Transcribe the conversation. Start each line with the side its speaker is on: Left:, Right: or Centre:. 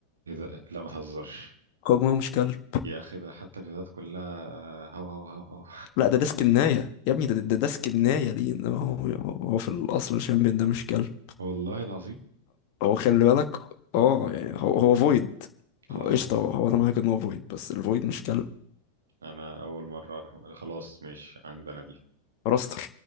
Right: ايه ده لا ما تهزرش
Left: كوجماو مش كلب
Right: يا اخي ده حتى الفيديوهات كلها هو هو هو هو
Left: لا ده ديسك الناية يا ابني ده ده ديسك الناية ليه انما هو هو في الاصل الشامبيون ده مش كلب
Right: <laughs> والله العظيم
Left: هو خلي بالك اه يعني هو هو فويد
Right: اه
Left: هو قشطة هو هو انا معاك ان هو فويد بس الفويد مش كلب
Right: انا اول مره اعرف خلاص ماشي عندنا دي
Left: راستر